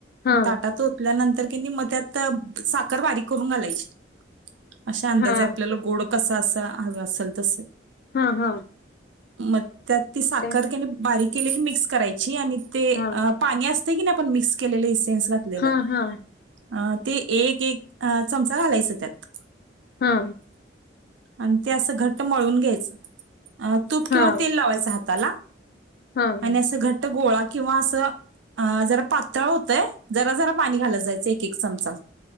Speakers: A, on the left; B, on the right.
A: हा
B: ताटा तोतल्यानंतर त्यांनी मग त्यात साखर बारीक करून घालायची अशा अंदाजे
A: हा
B: आपल्याला गोड कसा असा ह असेल तस
A: हा हा
B: मग त्यात ती साखर
A: ते
B: त्याने बारीक केलेली मिक्स करायची आणि ते
A: हा
B: पाणी असत की नाही आपण मिक्स केलेलं इसेन्स घातलेलं
A: हा हा
B: अ ते एक एक चमचा घालायचं त्यात
A: हा
B: आणि ते असं घट्ट मळवून घ्यायचं तूप
A: हा
B: किंवा तेल लावायचं हाताला
A: हा
B: आणि असं घट्ट गोळा किंवा असं जरा पातळ होतय जरा जरा पाणी घालत जायचं एक एक चमचा